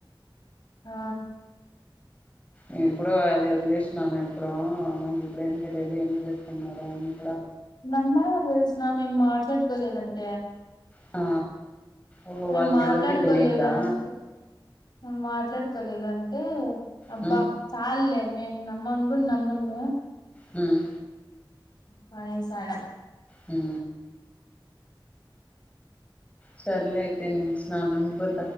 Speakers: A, on the left; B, on the left.
A: ఆ
B: ే ఎప్పుడు అది వదిలేసినాను ఎప్పుడు నాకు ఇప్పుడు ఏం తెలియదు ఏం చేస్తుకున్నారు అ
A: నమ్మ అ నామ్ ఏం మాట్లాడు క్కలేదంత
B: ఆ ఓహో
A: మేము
B: వాళ్ళకి
A: మాట్లాడుకోలేదనింటి
B: ఎవరికి తెలియదా
A: మాట్ మాట్లాడుకోలేదు అంటే అబ్బా
B: ఉ
A: చాల లే నమ్మను కూడా నమ్మను
B: మ్మ్
A: పరే సాల
B: హ్మ సర్ల అయితే నిను స్నానంకి పోత